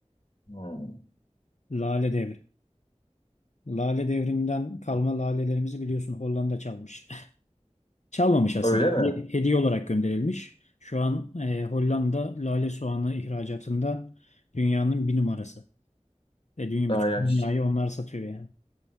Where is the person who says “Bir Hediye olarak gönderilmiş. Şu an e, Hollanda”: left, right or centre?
Left